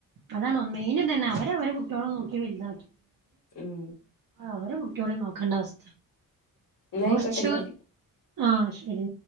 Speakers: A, on the right; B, on the left.
A: അതാണ മെയിനും തന്നെ അവര് അവരെ കുട്ടികോള നോക്കി വലുത
B: ഉം
A: അവ കുട്ടികള നോക്കേണ്ട അവസ്ഥ
B: എന്നായിക്കോട്ടെ
A: <unintelligible> ർച്ച
B: ശരി
A: ആഹ ശരി